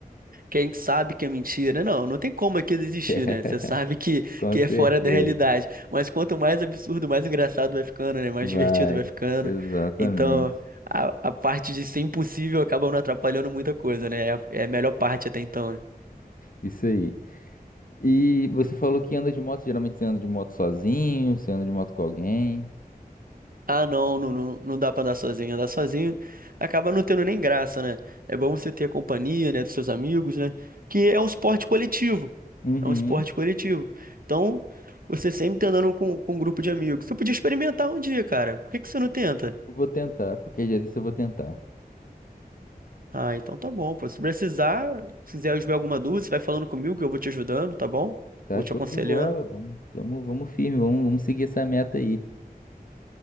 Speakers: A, on the right; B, on the left.
A: Quem sabe que é mentira? Não, não tem como aquilo existir,
B: <laughs>
A: né? Você sabe que,
B: Com
A: que é
B: certeza.
A: fora da realidade. Mas quanto mais absurdo, mais engraçado vai ficando, né? Mais
B: Vai,
A: divertido vai ficando.
B: exatamente.
A: Então, a, a parte de ser impossível acaba não atrapalhando muita coisa, né? É a, é a melhor parte até então, né?
B: Isso aí. E você falou que anda de moto, geralmente você anda de moto sozinho, você anda de moto com alguém.
A: Ah, não, não, não, não dá pra andar sozinho. Andar sozinho acaba não tendo nem graça, né? É bom você ter a companhia, né, dos seus amigos, né? Que é um esporte coletivo.
B: Uhum.
A: É um esporte coletivo. Então, você sempre tá andando com, com um grupo de amigos. Você podia experimentar um dia, cara. Por que que você não tenta?
B: Eu Vou tentar, qualquer dia desse eu vou tentar.
A: Ah, então tá bom, pô. Se precisar, se quiser ver alguma dúvida, você vai falando comigo que eu vou te ajudando, tá bom?
B: Tá
A: Vou
B: show
A: te aconselhando.
B: de bola, vamos, vamos, vamos firme, vamos, vamos seguir essa meta aí.